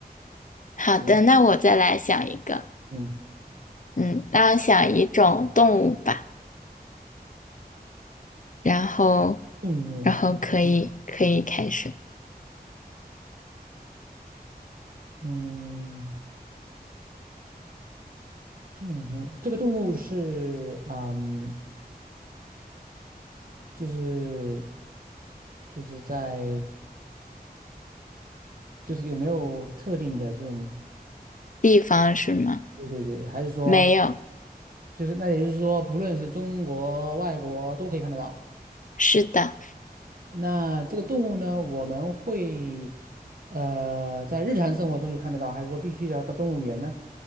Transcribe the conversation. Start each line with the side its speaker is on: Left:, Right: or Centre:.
Left: 好的，
Right: 行，
Left: 那我再来想一个，
Right: 嗯，
Left: 嗯，那我想一种动物吧，然后，
Right: 动物，
Left: 然后可以可以开始。
Right: 哦嗯，动物，这个动物是，嗯，就是就是在就是有没有特定的这种，
Left: 地方是吗？
Right: 对对对，还是说
Left: 没有，
Right: 就是那也就是说，不论是中国、外国都可以看得到。
Left: 是的，
Right: 那这个动物呢，我们会呃在日常生活中就看得到，还是说必须得要到动物园呢